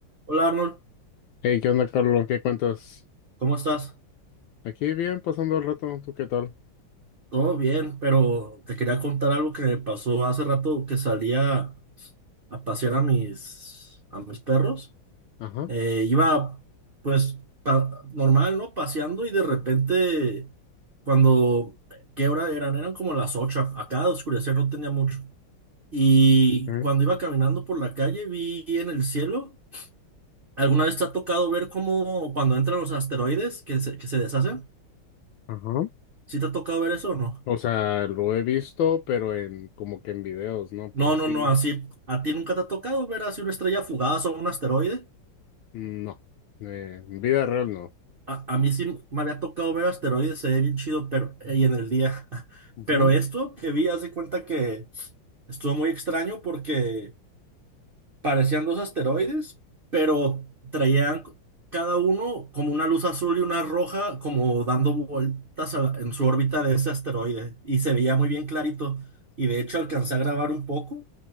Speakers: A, on the right (about 60°); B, on the left (about 75°).
A: Hola Arnold,
B: Hey, ¿qué onda, Carlos? ¿Qué cuentas?
A: ¿cómo estás?
B: Aquí bien, pasando el rato. ¿Tú qué tal?
A: Todo bien, pero te quería contar algo que me pasó hace rato que salía a pasear a mis, a mis perros.
B: Ajá,
A: Eh, iba pues pa- normal, ¿no? Paseando y de repente cuando, ¿qué hora eran? Eran como las 8. acá de oscurecer no tenía mucho. Y
B: ok,
A: cuando iba caminando por la calle vi en el cielo, ¿alguna vez te ha tocado ver cómo cuando entran los asteroides que se, que se deshacen?
B: ajá.
A: ¿Sí te ha tocado ver eso o no?
B: O sea, lo he visto, pero en como que en videos, ¿no?
A: No,
B: Pero así,
A: no, no, así, ¿a ti nunca te ha tocado ver así una estrella fugaz o un asteroide?
B: mm, no. Eh, en vida real, no.
A: A, a mí sí me había tocado ver asteroides, se ve bien chido, pero ahí en el día. <laughs>
B: Ujú,
A: Pero esto que vi, haz de cuenta que estuvo muy extraño porque parecían dos asteroides, pero traían c- cada uno como una luz azul y una roja, como dando vueltas a la- en su órbita de ese asteroide. Y se veía muy bien clarito. Y de hecho alcancé a grabar un poco.